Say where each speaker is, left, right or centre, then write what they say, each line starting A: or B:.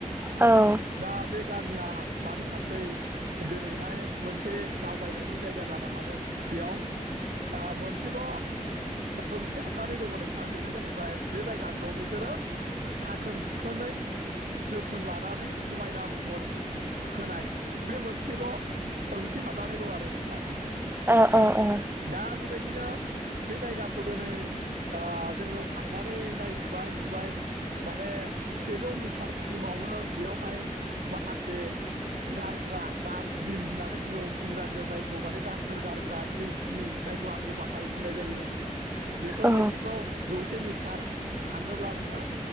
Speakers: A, on the right; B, on the right.
A: औ
B: दा बे गामिया मानि थाखाय दिनैहाय मोनसे दावबायनायनि जायगा जानो हादों बेयाव ओ मोनसेल' ओंथि हाबनानै दंङो नोंथां बेनो जाहैबाय बे जायगाखौ बिसोरो साखोन सिखोनै जोथोन लानानै समायना महर होनाय बे मोनसेल' ओंथि हाबनानै दं आरो नोंथां।
A: ओ ओ ओ
B: दा बेबायदिनो बे जायगाखौ दिनै जोंङो थांनानै नायहैबाय नुबाय माने सेजौ मिटारसिमावनो बेयावहाय माखासे गारग्रा डास्टबिन होननानै बुङो इंराजियाव जायखौ माने दाखोर गारग्रा इउसमि जायखौ आंखौ बाहाय बुंनाय जायो। बेफोरबायदिखौ
A: औ
B: जौसे मिटार थाङोब्लानो